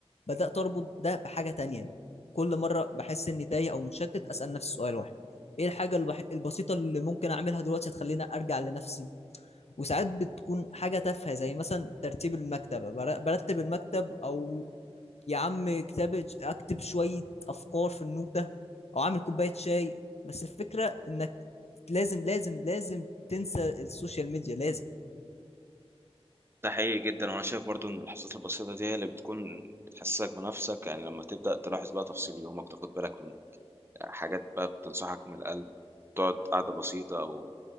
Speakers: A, on the left; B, on the right.
A: بدات اربط ده بحاجه تانية كل مره بحس اني تايه او متشتت اسال نفسي سؤال واحد ايه الحاجه الوح- البسيطه اللي ممكن اعملها دلوقتي تخليني ارجع لنفسي وساعات بتكون حاجة تافهة زي مثلا ترتيب المكتبة بر- برتب المكتب أو يا عم كتاب أكتب شوية أفكار في النوتة أو أعمل كوباية شاي بس الفكرة إنك لازم لازم لازم تنسى السوشيال ميديا لازم
B: ده حقيقي جدا وانا شايف برضو ان اللحظات البسيطة دي هي اللي بتكون بتحسسك بنفسك يعني لما تبدأ تلاحظ بقى تفاصيل يومك تاخد بالك من حاجات بقى بتنصحك من القلب تقعد قعدة بسيطة أو